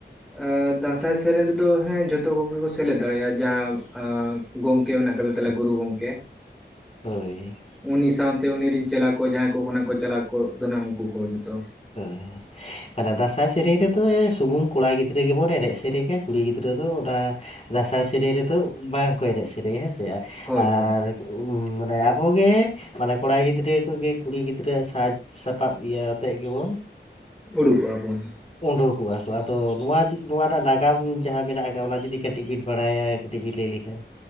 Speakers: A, in the centre; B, on the left.
A: ᱟᱸᱻ ᱫᱟᱸᱥᱟᱭ ᱥᱮᱨᱮᱧ ᱨᱮᱫᱚ ᱦᱮᱸ ᱡᱚᱛᱚ ᱠᱚᱜᱮ ᱠᱚ ᱥᱮᱞᱮᱫ ᱫᱟᱲᱮᱭᱟᱜᱼᱟ ᱡᱟᱦᱟᱸᱭ ᱟᱸᱻ ᱜᱚᱝᱠᱮ ᱢᱮᱱᱟᱜ ᱠᱟᱫᱮ ᱛᱟᱞᱮᱭᱟ ᱜᱩᱨᱩ ᱜᱚᱝᱠᱮ
B: ᱦᱳᱭ
A: ᱩᱱᱤ ᱥᱟᱶᱛᱮ ᱩᱱᱤ ᱨᱤᱱ ᱪᱮᱞᱟ ᱠᱚ ᱡᱟᱦᱟᱸᱭ ᱠᱚ ᱠᱟᱱᱟ ᱠᱚ ᱪᱮᱞᱟ ᱠᱚ ᱫᱚ ᱱᱟᱦᱟᱜ ᱩᱝᱠᱩ ᱠᱚ ᱡᱷᱚᱛᱚ
B: ᱦᱮᱸ, ᱛᱟᱦᱞᱮ ᱫᱟᱸᱥᱟᱭ ᱥᱮᱨᱮᱧ ᱨᱮᱫᱚ ᱥᱩᱢᱩᱝ ᱠᱚᱲᱟ ᱜᱤᱫᱽᱨᱟᱹ ᱜᱮᱵᱚᱱ ᱮᱱᱮᱡ ᱥᱮᱨᱮᱧᱟ ᱠᱩᱲᱤ ᱜᱤᱫᱽᱨᱟᱹ ᱫᱚ ᱚᱱᱟ ᱫᱟᱸᱥᱟᱭ ᱥᱮᱨᱮᱧ ᱨᱮᱫᱚ ᱵᱟᱝᱠᱚ ᱮᱱᱮᱡ ᱥᱮᱨᱮᱧᱟ ᱦᱮᱸᱥᱮ
A: ᱦᱳᱭ
B: ᱟᱨ
A: ᱦᱳᱭ
B: ᱢᱟᱱᱮ ᱟᱵᱚᱜᱮ ᱢᱟᱱᱮ ᱠᱚᱲᱟ ᱜᱤᱫᱽᱨᱟᱹ ᱠᱚᱜᱮ ᱠᱩᱲᱤ ᱜᱤᱫᱽᱨᱟᱹᱣᱟᱜ ᱥᱟᱡᱽ ᱥᱟᱯᱟᱵ ᱤᱭᱟᱹ ᱟᱛᱮᱫ ᱜᱮᱵᱚᱱ
A: ᱩᱰᱩᱠᱚᱜᱼᱟ ᱵᱚᱱ᱾
B: ᱩᱰᱩᱠᱚᱜᱼᱟ ᱠᱚ ᱟᱫᱚ ᱱᱚᱣᱟ ᱱᱚᱣᱟ ᱨᱮᱱᱟᱜ ᱱᱟᱜᱟᱢ ᱡᱟᱦᱟᱸ ᱢᱮᱱᱟᱜ ᱟᱠᱟᱫᱼᱟ ᱚᱱᱟ ᱡᱩᱫᱤ ᱠᱟᱹᱴᱤᱡ ᱵᱤᱱ ᱵᱟᱲᱟᱭᱟ ᱠᱟᱹᱴᱤᱡ <unintelligible> ᱞᱟᱹᱭ ᱞᱮᱠᱷᱟᱱ᱾